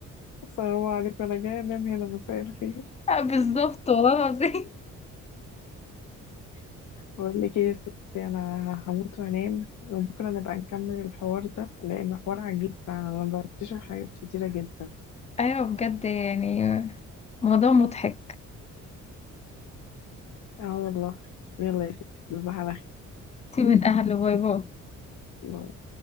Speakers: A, on the left (about 70°); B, on the left (about 20°).
A: السلام عليكم انا جايه انام هنا مساء الخير
B: آه، بالظبط والله العظيم
A: بقول لك ايه يا ستي انا هموت وانام وبكره نبقى نكمل الحوار ده لانه حوار عجيب فعلا انا بكتشف حاجات كتيره جدا
B: أيوة بجد يعني موضوع مضحك
A: اه والله يلا يا ستي تصبحي على
B: سيب من أهله باي باي
A: خير